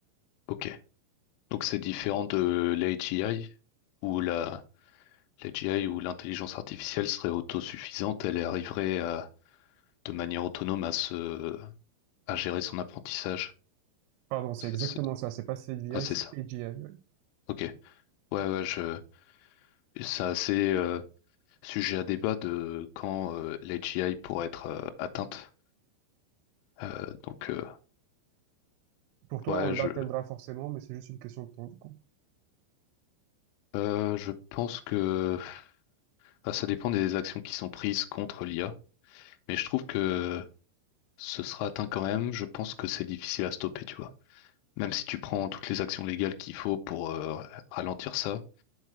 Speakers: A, on the left; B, on the right.
A: Ok. Donc c'est différent de l'AGI où la l'AGI où l'intelligence artificielle serait autosuffisante, elle arriverait à, de manière autonome à se à gérer son apprentissage.
B: Pardon, c'est
A: C'est-
B: exactement
A: c'est-
B: ça, c'est pas CDI,
A: Ah, c'est
B: c'est
A: ça.
B: AGI. ouais.
A: Ok. Ouais, ouais, je c'est assez euh, sujet à débat de quand euh, l'AGI pourrait être euh, atteinte. Euh, donc euh,
B: Pour toi,
A: ouais,
B: on l'atteindra
A: je
B: forcément, mais c'est juste une question de temps, du coup.
A: euh, je pense que Enfin, ça dépend des actions qui sont prises contre l'IA, mais je trouve que ce sera atteint quand même. Je pense que c'est difficile à stopper, tu vois. Même si tu prends toutes les actions légales qu'il faut pour euh, ralentir ça,